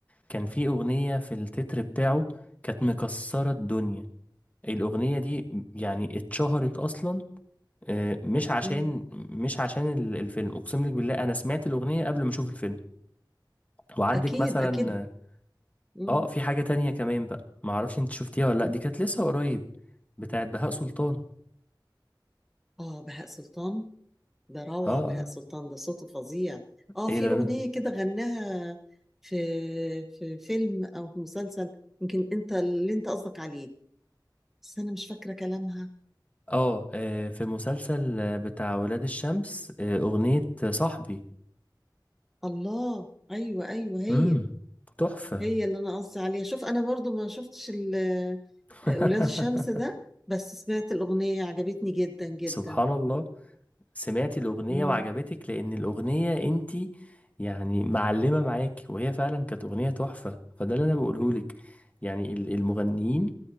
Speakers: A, on the left; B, in the centre.
A: كان في أغنية في التتر بتاعه كانت مكسرة الدنيا الأغنية دي يعني اتشهرت أصلا آه، مش عشان
B: مم.
A: مش عشان ال- الفيلم أقسم لك بالله أنا سمعت الأغنية قبل ما أشوف الفيلم وعندك
B: اكيد
A: مثلا
B: اكيد
A: آه
B: مم.
A: آه، في حاجة تانية كمان بقى معرفش أنت شفتيها ولا لأ دي كانت لسه قريب بتاعت بهاء سلطان
B: اه بهاء سلطان ده روعة
A: آه آه
B: بهاء سلطان ده صوته فظيع اه
A: إيه
B: في
A: ده
B: اغنية
A: بقى؟
B: كده غناها في في فيلم او في مسلسل يمكن انت اللي انت قصدك عليه بس انا مش فاكرة كلامها
A: آه آه، في مسلسل آه، بتاع ولاد الشمس آه، أغنية صاحبي
B: الله ايوه ايوه هي
A: مم تحفة
B: هي اللي انا قصدي عليها شوف انا برضو ما شفتش ال-
A: <laughs>
B: آه، ولاد الشمس ده بس سمعت الاغنيه عجبتني جدا جدا
A: سبحان الله سمعتي الأغنية
B: مم.
A: وعجبتك لأن الأغنية انتي يعني معلمة معاكي وهي فعلا كانت أغنية تحفة فده اللي أنا بقولهولك يعني ال- المغنيين